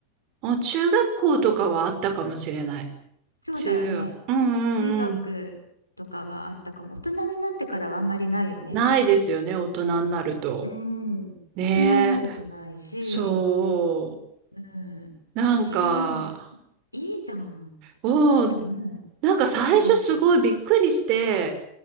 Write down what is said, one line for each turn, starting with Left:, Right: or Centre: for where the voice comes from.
Right: あ中学校とかはあったかもしれない。
Left: そうだよね。
Right: 中学。うんうんうん。
Left: 中学とかはあったかも。大人になってからはあんまりないよね。
Right: ないですよね、大人になると。
Left: うん。
Right: ねえ。
Left: 大人になるとないし。
Right: そ
Left: うん。
Right: う。なんか、
Left: えーでも、いいじゃん。
Right: おお、
Left: なって思う。
Right: なんか最初すごいびっくりして、
Left: すごく。